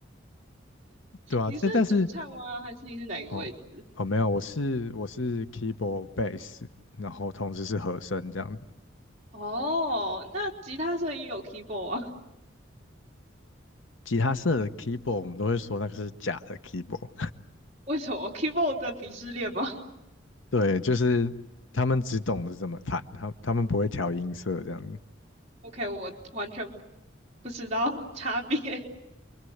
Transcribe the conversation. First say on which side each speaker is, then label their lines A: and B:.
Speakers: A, on the left; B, on the right.
A: 对啊，
B: 你是主唱吗？
A: 诶但是
B: 还是你是哪个位置？
A: 哦哦，没有，我是我是 keyboard bass，然后同时是和声这样。
B: 哦，那吉他社也有 keyboard 啊？
A: 吉他社的 keyboard 我们都会说那个是假的 keyboard，
B: <laughs> 为什么 keyboard 的鄙视链吗
A: <laughs> 对，就是他们只懂得怎么弹，他他们不会调音色这样子
B: ？OK，我完全不知道 <laughs> 差别。